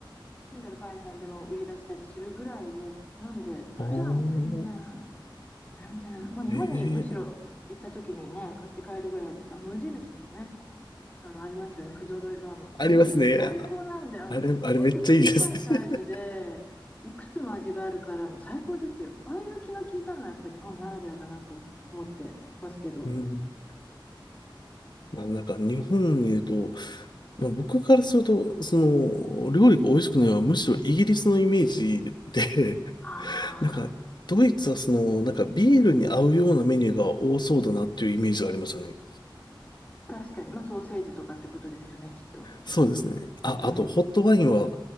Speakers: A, on the left (about 15°); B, on the left (about 60°).
A: 近所のパン屋さんでも売り出したりするぐらいで、なんで、
B: <laughs> あー
A: 普段は全然、全然、まあ、日本にむしろ行った時にね、
B: えー
A: 買って帰るぐらいです。あの無印のね、あの、ありますよね。不揃いバーマン。
B: ありますね。
A: あれとかも最高なんで、あの、
B: あれ、
A: ちょっと小さいサイズで、
B: あれめっちゃいいですね
A: いくつも味があるから、もう最高ですよ。ああいう気の利いたのはやっぱ日本ならではだなと思ってますけど。
B: うん。まあなんか日本にいると、まあ、僕からすると、その料理が美味しくないのはむしろイギリスのイメージで、
A: ああ、
B: <laughs> なんかドイツはそのなんかビールに合うようなメニューが多そうだなっていうイメージがありましたね。
A: 確かに。まあ、ソーセージとかってことですよね、きっと。
B: そうですね。あ、
A: うん。
B: あとホットワインは